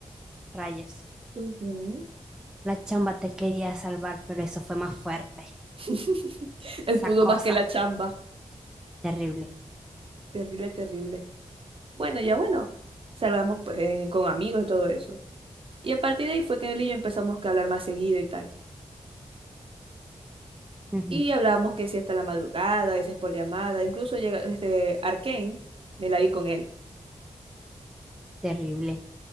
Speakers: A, in the centre; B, on the right.
A: rayos.
B: Ujú.
A: La chamba te quería salvar, pero eso fue más fuerte.
B: <laughs> Él
A: Esa
B: pudo
A: cosa.
B: más que la chamba.
A: Terrible.
B: Terrible, terrible. Bueno, ya bueno, salgamos pues, eh, con amigos y todo eso. Y a partir de ahí fue que él y yo empezamos que a hablar más seguido y tal.
A: Ujú,
B: Y hablábamos que sí hasta la madrugada, a veces por llamada, incluso llega este Arcane, me la vi con él,
A: Terrible.